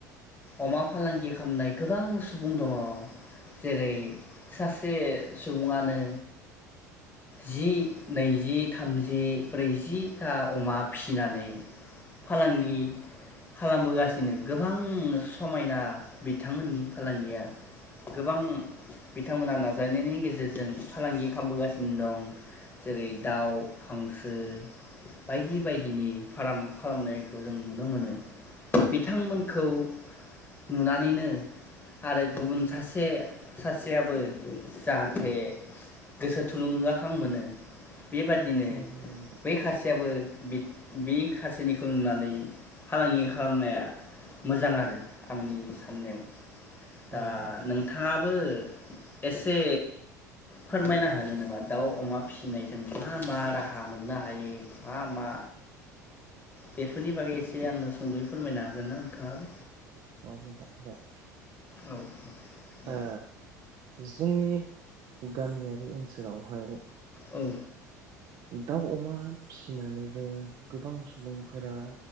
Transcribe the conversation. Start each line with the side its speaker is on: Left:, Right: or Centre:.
Left: अमा फालांगि खामनाय गोबां सुबुं दङ। जेरै सासे सुबुङानो जि, नैजि, थामजि, ब्रैजि था, अमा फिसिनानै फालांगि खालामबोगासिनो गोबां समायना बिथांमोननि फालांगिया गोबां बिथांमोना नाजानायनायनि गेजेरजों फालांगि खामबोगासिनो दं जेरै दाउ हांसो बायदि बाय दिनि फाराम खालामनायखौ जों नुनो मोनो। बिथांमोनखौ नुनानैनो आरो गुबुन सासे सासेयाबो जाहाथे गोसो थुलुंगाखां मोनो बेबादिनो
Right: औ नंगौ नोंथां औ नंगौ नोंथां
Left: बै खा जेबो बिद बि खासेनिखौ नुनानै फालांगि खालामनाया मोजां आरो आंनि साननायाव। दा
Right: औ नंगौ
Left: नोंथांङाबो एसे फोरमायना होनो नामा दाउ अमा फिसिनायजों मा मा राहा मोननो हायो मा मा बेफोरनि बागै एसे आंनो सुंदयै फोरमायनो हागोन ना नोंथांङाबो?
Right: अ <unintelligible> जागोन
Left: औ दे
Right: ओ जोंनि गामिया ओनसोलावहाय
Left: औ
Right: दाउ अमा फिसिनानै ओ गोबां सुबुंफोरा